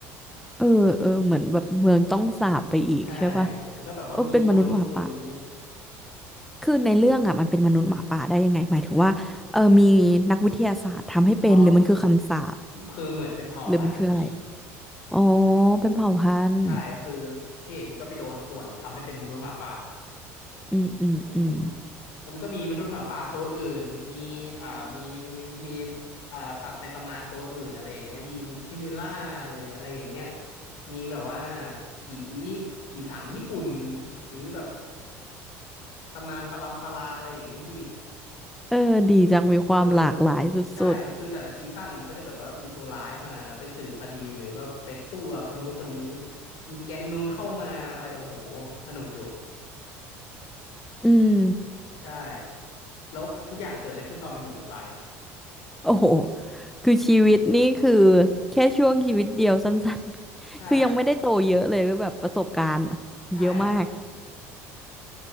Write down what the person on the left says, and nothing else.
ใช่มันก็แบบว่ามีตัวนู้นตัวนี้
เอาคือเหมือนเป็นเผ่าพันธุ์นะพี่
ใช่คือพี่เอกมันก็ไปโดนข่วนทำให้เป็นมนุษย์หมาป่า
อืมแล้วมันก็มีมนุษย์หมาป่าตัวอื่นมีอ่ามีมีมีอ่าสัตว์ในตำนานตัวอื่นอะไรอย่างเงี้ยพี่มีคิมิล่าหรืออะไรอย่างเงี้ยมีแบบว่าผีผีสางญี่ปุ่นหรือแบบตำนานปรัมปราอะไรอย่างเงี้ยพี่
เออใช่คือแต่ละซีซั่นนะมันก็จะแบบว่ามีตัวร้ายมาแล้วไปสืบคดีหรือว่าไปสู้กับคนนู้นคนนี้มีแก๊งนู้นเข้ามาอะไรโอ้โหสนุกอยู่
ใช่แล้วทุกอย่างเกิดขึ้นตอนมันอยู่มปลาย <laughs>
ใช่
ใช่ครับ